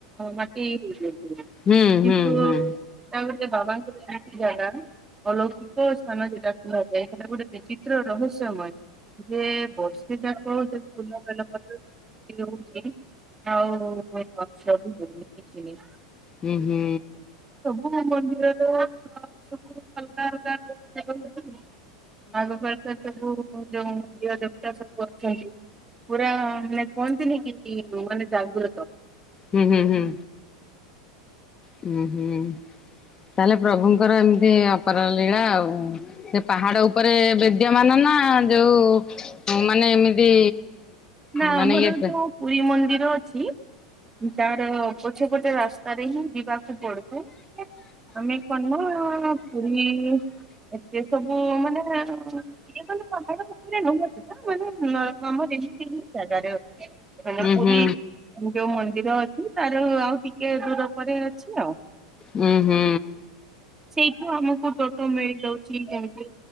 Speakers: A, on the right; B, on the left.
A: ମାଟି ହୋଇଯାଏ।
B: ହୁଁ
A: କିନ୍ତୁ
B: ହୁଁ ହୁଁ।
A: ତା <unintelligible> ବାବାଙ୍କର ଏମତି ଜାଗା ଅଲୌକିକ ସ୍ଥାନ ଯେଟା କୁହାଯାଏ। ସେଟା ଗୋଟେ ଚିତ୍ର ରହସ୍ୟମୟ। ଯେ ବର୍ଷେ ଯାକ ଯଦି ଫୁଲ ବେଲ ପତ୍ର <unintelligible> ଆଉ <unintelligible> ସବୁ <unintelligible>
B: ହୁଁ ହୁଁ।
A: କୋଉ ମନ୍ଦିରର ସବୁ ଅଲଗା ଅଲଗା <unintelligible> ଆଗକାଳର ସବୁ ଯୋଉଁ ଦିଅଁ ଦେବତା ସବୁ ଅଛନ୍ତି ପୁରା ମାନେ କୁହନ୍ତିନି କି ମାନେ ଜାଗୃତ।
B: ହୁଁ ହୁଁ ହୁଁ। ହୁଁ ହୁଁ। ତାହେଲେ ପ୍ରଭୁଙ୍କର ଏମିତି ଅପାର ଲୀଳା ଆଉ। ସେ ପାହାଡ଼ ଉପରେ ବିଦ୍ୟମାନ ନା, ଯୋଉ ମାନେ ଏମିତି
A: ନା
B: ମାନେ
A: ଆମର
B: ଇଏ ହଁ।
A: ଯୋଉ ପୁରୀ ମନ୍ଦିର ଅଛି ହୁଁ ତାର ପଛ ପଟେ ରାସ୍ତାରେ ହିଁ ଯିବାକୁ ପଡ଼ିବ ଆମେ କରନୁ ଆଉ ପୁରୀ ଏତେ ସବୁ ମାନେ ଇଏ ତାହେଲେ ପାହାଡ଼ ଉପରେ ନୁହଁନ୍ତି ନା ମାନେ ନର ହଁ <unintelligible> ଜାଗାରେ ଅଛି ମାନେ
B: ଉଁ
A: ପୁରୀ
B: ହୁଁ,
A: ଯୋଉ ମନ୍ଦିର ଅଛି ତାର ଆଉ ଟିକେ ଦୂର ପରେ ଅଛି ଆଉ।
B: ହୁଁ ହୁଁ।
A: ସେଇଠୁ ଆମକୁ ଟୋଟୋ ମିଳିଯାଉଛି, ଯେମିତି